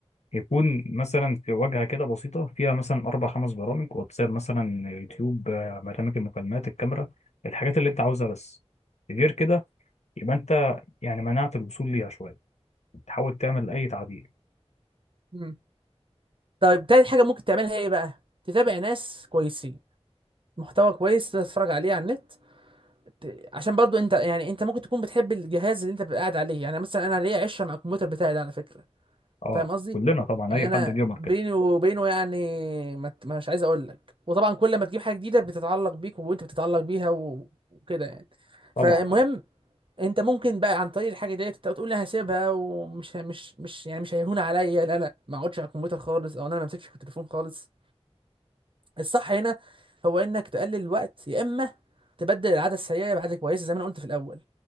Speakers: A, on the left (about 80°); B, on the right (about 50°).
A: يكون مثلا في واجهة كده بسيطة فيها مثلا أربع خمس برامج واتساب مثلا يوتيوب آه، برنامج المكالمات الكاميرا الحاجات اللي أنت عاوزها بس غير كده يبقى أنت يعني منعت الوصول ليها شوية تحاول تعمل أي تعديل
B: مم. طيب تالت حاجة ممكن تعملها ايه بقى تتابع ناس كويسين محتوى كويس تتفرج عليه على النت ت- عشان برضو انت يعني انت ممكن تكون بتحب الجهاز اللي انت بتبقى قاعد عليه يعني مثلا انا ليا عشره مع الكمبيوتر بتاعي ده على فكره
A: أه
B: فاهم قصدي
A: كلنا طبعا
B: يعني
A: أي
B: انا
A: حد جيمر
B: بيني
A: كده
B: وبينه يعني ما ت- مش عايز اقول لك وطبعا كل ما تجيب حاجه جديده بتتعلق بيك وانت بتتعلق بيها و- وكده يعني فالمهم
A: طبعا أه
B: انت ممكن بقى عن طريق الحاجه ديت انت بتقول انا هسيبها ومش ه- مش مش يعني مش هيهون عليا لا لا ما اقعدش على الكمبيوتر خالص او انا ما امسكش التليفون خالص الصح هنا هو انك تقلل الوقت يا اما تبدل العاده السيئه بعاده كويسه زي ما انا قلت في الاول